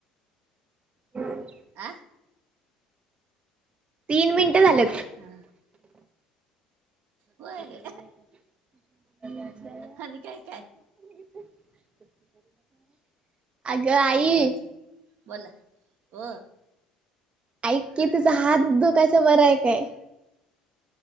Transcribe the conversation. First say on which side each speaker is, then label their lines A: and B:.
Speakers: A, on the right; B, on the right.
A: हम <inaudible>
B: आ
A: तीन मिनिटं झाल्यात.
B: हा. होय
A: त्या <inaudible> <unintelligible>
B: आणि काय काय
A: <unintelligible> अग आई.
B: हा बोला, ओ.
A: ऐक की तुझा हात दुखायचा बरं आहे काय?